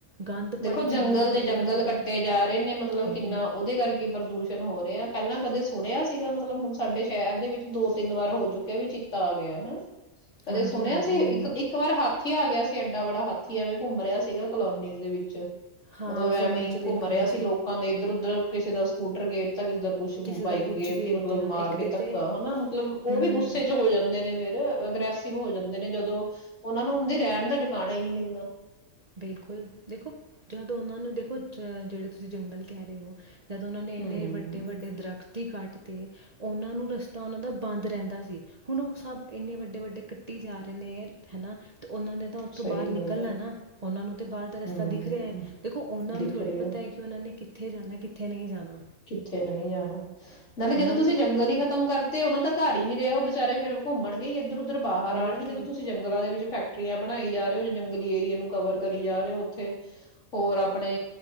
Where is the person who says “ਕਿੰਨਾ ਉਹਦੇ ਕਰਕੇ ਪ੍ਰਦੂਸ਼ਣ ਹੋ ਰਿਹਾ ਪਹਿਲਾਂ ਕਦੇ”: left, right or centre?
Left